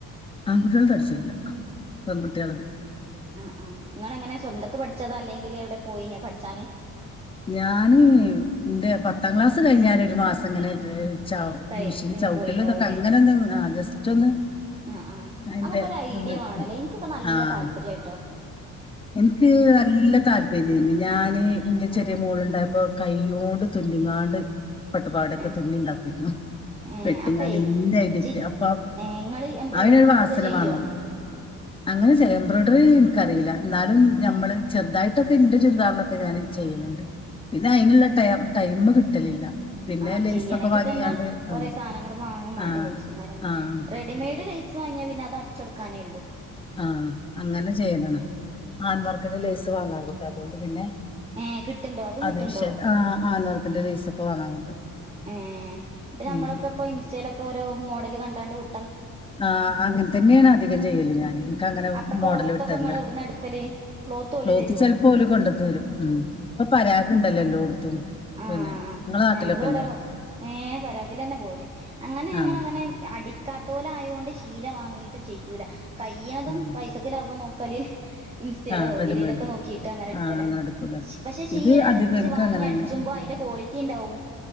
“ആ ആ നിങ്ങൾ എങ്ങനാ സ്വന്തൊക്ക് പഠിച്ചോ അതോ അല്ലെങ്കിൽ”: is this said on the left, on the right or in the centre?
Right